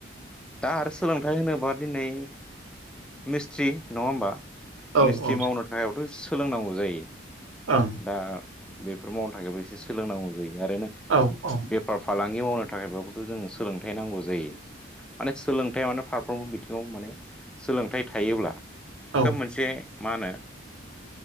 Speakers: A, in the centre; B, on the right.
A: दा आरो सोलोंथाइ होनोब्ला दिनै मिस्ट्रि नङा होमबा?
B: ओं
A: मिस्थि्रि
B: औ
A: मावनो थाखायथ' सोलोंनांगौ जायो।
B: औ ओं
A: दा बेफोर मावनो थाखायब एसे सोलोंनांगौ जायो आरो
B: औ औ
A: बेफार फालांगि मावनो थाखायबाबोथ' जों सोलोंथाइ नांगौ जायो माने सोलोंथाय माने फारफ्रोमबो बिथिङाव माने सोलोंथाइ थायोब्ला
B: औ
A: खोब मोनसे मा होनो